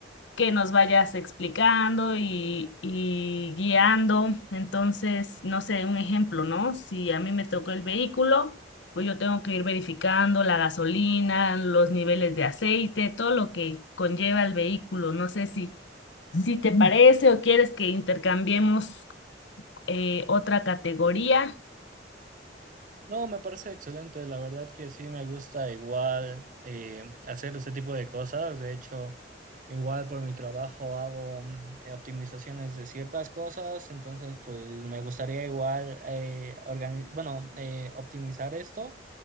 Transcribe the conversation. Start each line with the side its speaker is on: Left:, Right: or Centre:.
Left: que nos vayas explicando y, y guiando. Entonces, no sé, un ejemplo, ¿no? Si a mí me tocó el vehículo, pues yo tengo que ir verificando la gasolina, los niveles de aceite, todo lo que conlleva el vehículo. No sé si, si te Ujú. parece o quieres que intercambiemos eh, otra categoría.
Right: No, me parece excelente, la verdad que sí me gusta igual eh, hacer ese tipo de cosas, de hecho, igual por mi trabajo hago mm, eh, optimizaciones de ciertas cosas, entonces pues me gustaría igual eh, organi- bueno, eh, optimizar esto